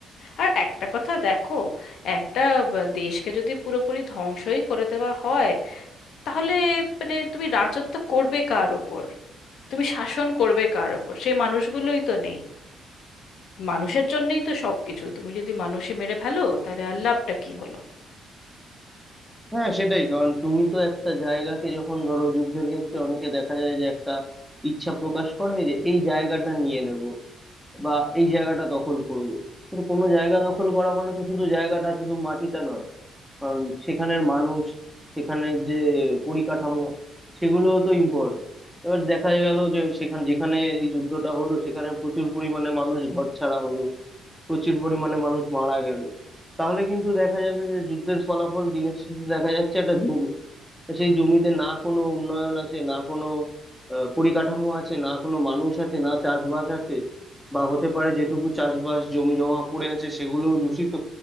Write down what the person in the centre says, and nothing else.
হ্যাঁ সেটাই কারণ তুমি তো একটা জায়গাকে যখন ধরো যুদ্ধের ক্ষেত্রে অনেকে দেখা যায় যে একটা ইচ্ছা প্রকাশ করে যে এই জায়গাটা নিয়ে নেব বা এই জায়গাটা দখল করব কিন্তু কোনো জায়গা দখল করা মানে তো শুধু জায়গাটা শুধু মাটিটা নয় কারণ সেখানের মানুষ সেখানের যে পরিকাঠামো সেগুলো তো ইম্পর্টেন্ট এবার দেখা গেল যে সেখানে যেখানে এই যুদ্ধটা হলো সেখানে প্রচুর পরিমাণে মানুষ ঘরছাড়া হলো প্রচুর পরিমাণে মানুষ মারা গেল তাহলে কিন্তু দেখা যাবে যে যুদ্ধের ফলাফল দিনের শেষে দেখা যাচ্ছে একটা জমি তা সেই জমিতে না কোনো উন্নয়ন আছে না কোনো আহ, পরিকাঠামো আছে না কোনো মানুষ আছে না চাষবাস আছে বা হতে পারে যেটুকু চাষবাস জমি জমা পড়ে আছে সেগুলোও দূষিত